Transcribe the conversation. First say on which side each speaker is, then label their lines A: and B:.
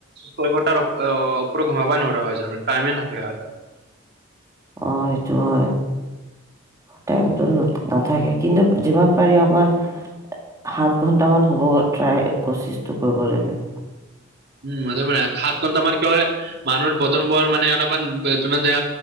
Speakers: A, on the right; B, on the right.
A: ছয় ঘণ্টাৰ ওপৰত ঘোমাবাই নোৱাৰোৱা হৈছো, টাইমে নাথাকা হৈছে।
B: অ, সেইটো হয়। টাইমটো নাথাকে কিন্তু, যিমান পাৰি অকণমান সাত ঘন্টামান হুব, ট্ৰাই কচিছটো কৰিব লগে।
A: উম, <inaudible> একে বাৰে মানুহৰ বতন বৰ মানে অলমান, তোমাৰ যে